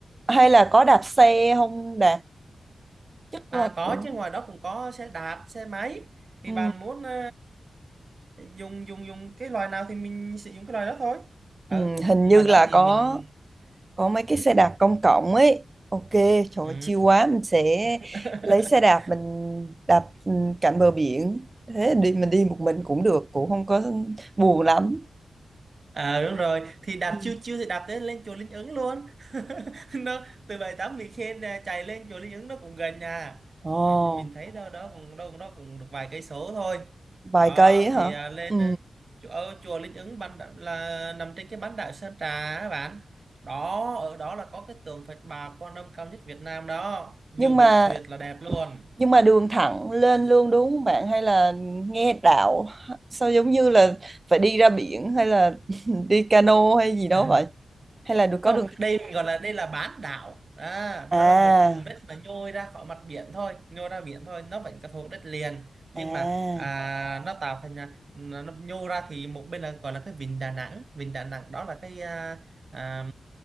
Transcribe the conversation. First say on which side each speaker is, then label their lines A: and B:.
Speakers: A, on the right; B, on the right.
A: hay là có đạp xe không Đạt chắc
B: à
A: là
B: có
A: cũng
B: chứ ngoài đó cũng có xe đạp xe máy thì
A: Ừ.
B: bạn muốn ờ, dùng dùng dùng cái loại nào thì mình sử dụng cái loại đó thôi ờ
A: Ừ, hình
B: ngoài
A: như
B: đó
A: là
B: thì
A: có
B: mình
A: có mấy cái
B: ừ,
A: xe đạp công cộng ấy. Ok, trời
B: ừ.
A: ơi, chill quá, mình sẽ
B: <laughs>
A: lấy xe đạp mình đạp ừ, cạnh bờ biển. Thế đi mình đi một mình cũng được, cũng không có buồn lắm.
B: À đúng rồi, thì đạp
A: Ừ.
B: chiêu chiêu thì đạp tới lên chùa Linh Ứng luôn. <laughs> nó từ bãi tắm Mỹ Khê ra chạy lên chùa Linh Ứng nó cũng gần nhà.
A: Ồ,
B: Mình mình thấy đâu đó cũng đâu đó cũng được vài cây số thôi.
A: vài
B: Đó
A: cây ấy hả?
B: thì à, lên
A: Ừ.
B: à, chùa ở chùa Linh Ứng bán đảo- là nằm trên cái bán đảo Sơn Trà á bạn. Đó, ở đó là có cái tượng Phật Bà Quan Âm cao nhất Việt Nam đó. View
A: Nhưng mà
B: biển tuyệt là đẹp luôn.
A: nhưng mà đường thẳng lên luôn đúng không bạn hay là nghe đạo sao giống như là phải đi ra biển hay là <laughs> đi cano hay gì đó
B: <laughs>
A: vậy? Hay là được có
B: không
A: đường thẳng?
B: đây mình gọi là đây là bán đảo à,
A: À.
B: đó là một vùng đất mà nhô ra khỏi mặt biển thôi nhô ra biển thôi nó vẫn có thuộc đất liền nhưng
A: À,
B: mà à, nó tạo thành là- nó, nó nhô ra thì một bên là gọi là cái vịnh Đà Nẵng vịnh Đà Nẵng đó là cái à, à,